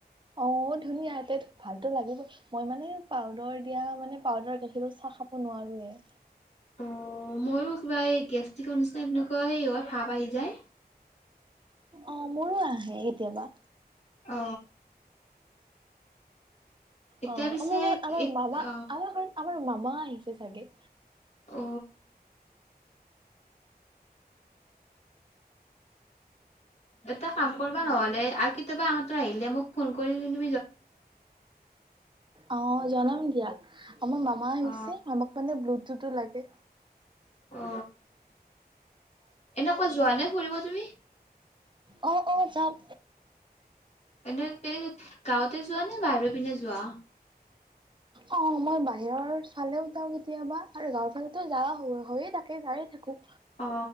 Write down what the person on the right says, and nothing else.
অ ধুনীয়াতে ভালতো লাগিবই মই মানে পাউদাৰ দিয়া মানে পাউদাৰ গাখীৰো চাহ খাব নোৱাৰোয়ে
অ মোৰো আহে কেতিয়াবা
অ
আমাৰ ঘৰত আমাৰ মামা
আমাৰ ঘৰত আমাৰ মামা মা আহিছে চাগে
অঁ জনাম দিয়া। আমাৰ মামা আহিছে
মামাক মানে ব্লু সেইটো তো লাগে
অ উ <unintelligible> অ অ যাম
অ মই বা বাহিৰৰ চালেও যাও কেতিয়াবা আৰু গাঁৱফালে ত যাওঁ হৈয়ে থাকে যায়ে থাকো।